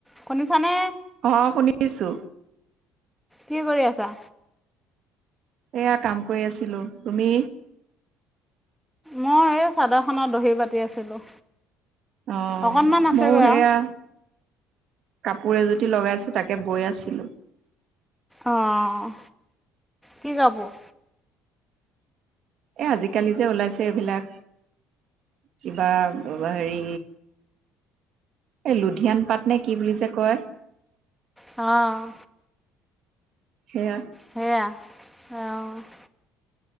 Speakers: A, in the centre; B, on the right.
A: শুনিছানে
B: অ' শুনিছো।
A: কি কৰি আছা?
B: এয়া কাম কৰি আছিলো তুমি?
A: মই এই চাদৰ খনৰ দহি বাতি আছিলোঁ।
B: অ'
A: অকণমান আছেগৈ
B: মোৰ সেয়া।
A: আৰু
B: কাপোৰ এজুতি লগাইছো তাকে বৈ আছিলো।
A: অ' কি কাপোৰ?
B: এ আজিকালি যে ওলাইছে, এইবিলাক। কিবা হেৰি এই লুধিয়ান পাতনে কি বুলি যে কয়।
A: অ'
B: সেয়া।
A: সেয়া সেয়া অ '